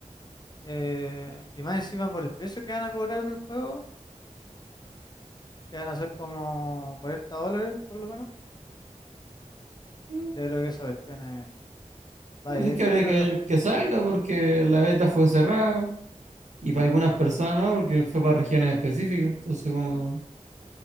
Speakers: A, on the left (about 30°); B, on the right (about 65°).
A: Eh, y más encima por el precio que van a cobrar del juego, que van a ser como 40 dólares por lo menos,
B: Mm,
A: yo creo que esa cuestión eh, va
B: Así
A: directo
B: que habría
A: al fracaso.
B: que ver que salga porque la beta fue cerrada. Y para algunas personas no, porque fue para regiones específicas. Entonces como...